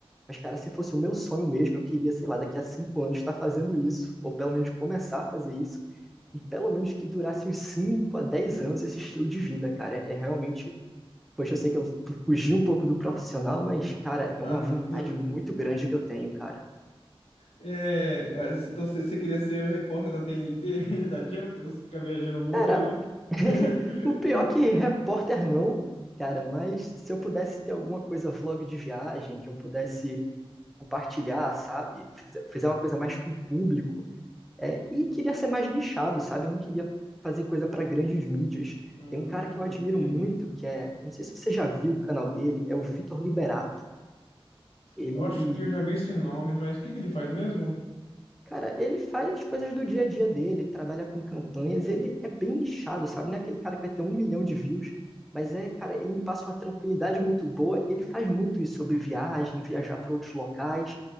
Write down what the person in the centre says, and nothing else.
mas cara, se fosse o meu sonho mesmo, eu queria, sei lá, daqui a cinco anos estar fazendo isso, ou pelo menos começar a fazer isso, e pelo menos que durasse uns 5 a 10 anos esse estilo de vida, cara. É realmente. Poxa, eu sei que eu fugi um pouco do profissional, mas, cara, é
uma
vontade
muito grande que eu tenho, cara.
Cara, <laughs>
o pior que repórter não, cara, mas se eu pudesse ter alguma coisa vlog de viagem, que eu pudesse compartilhar, sabe? Fizer, fizer uma coisa mais com o público. é, e queria ser mais nichado, sabe? Eu não queria fazer coisa para grandes mídias.
Tem um cara que eu admiro
muito, que é, eu não sei se você já viu o canal dele, é o Vitor Liberato. Ele
Cara, ele faz coisas do dia a dia dele, ele trabalha com campanhas, ele é bem nichado, sabe? Não é aquele cara que vai ter um milhão de views, mas é, cara, ele me passa uma tranquilidade muito boa. Ele faz muito isso sobre viagem, viajar para outros locais.